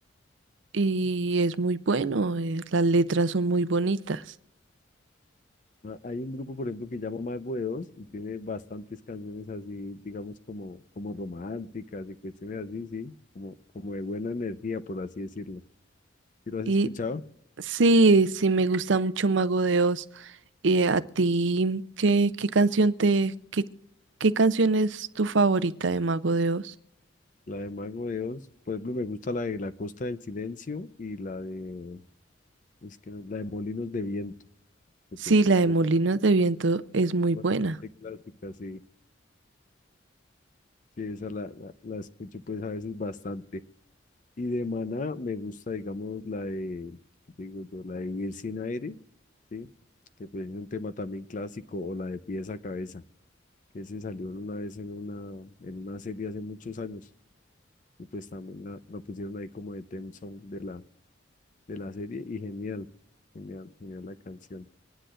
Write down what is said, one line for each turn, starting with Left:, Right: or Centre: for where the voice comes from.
Right: y es muy bueno, eh, las letras son muy bonitas.
Left: Ah, Hay un grupo, por ejemplo, que llama Mago de Oz y tiene bastantes canciones así, digamos, como, como románticas y cuestiones así, sí, como, como de buena energía, por así decirlo. ¿Sí lo has
Right: Y
Left: escuchado?
Right: sí, sí me gusta mucho Mago de Oz. ¿Y a ti qué, qué canción te, qué, qué canción es tu favorita de Mago de Oz?
Left: La de Mago de Oz, por ejemplo, me gusta la de La Costa del Silencio y la de, es que no- la de Molinos de Viento, que
Right: Sí,
Left: pues siempre
Right: la de Molinos
Left: es
Right: de Viento es muy
Left: bastante
Right: buena.
Left: clásica, sí. Sí, esa la, la, la escucho pues a veces bastante. Y de Maná me gusta, digamos, la de, ¿qué te digo yo? La de Vivir sin aire, ¿sí? Que pues es un tema también clásico, o la de Pies a Cabeza, que se salió una vez en una, en una serie hace muchos años, y pues también la, la pusieron ahí como de theme song de la, de la serie, y genial, genial, genial la canción.